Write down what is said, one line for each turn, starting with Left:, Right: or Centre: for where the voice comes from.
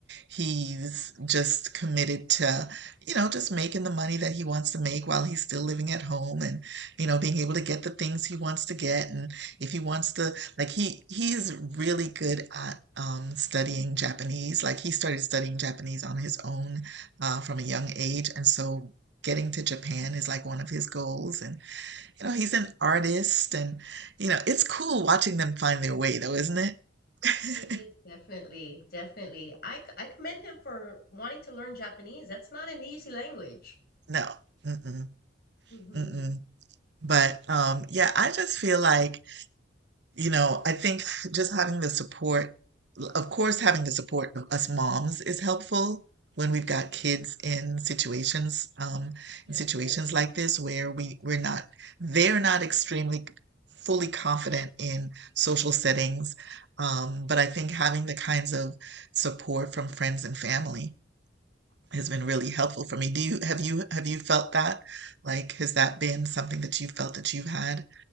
Right: He's just committed to, you know, just making the money that he wants to make while he's still living at home and, you know, being able to get the things he wants to get. And if he wants to, like he he's really good at um studying Japanese. Like he started studying Japanese on his own uh from a young age. And so getting to Japan is like one of his goals. And, you know, he's an artist and, you know, it's cool watching them find their way though, isn't it?
Left: It is
Right: <laughs>
Left: definitely, definitely. I, c- I commend him for wanting to learn Japanese. That's not an easy language.
Right: No. Mm-mm.
Left: Mhm.
Right: Mm-mm. But um, yeah, I just feel like, you know, I think just having the support, of course, having the support of us moms is helpful when we've got kids in situations, um,
Left: Definitely.
Right: in situations like this where we we're not, they're not extremely fully confident in social settings. Um, but I think having the kinds of support from friends and family has been really helpful for me. Do you have you have you felt that? Like, has that been something that you felt that you've had?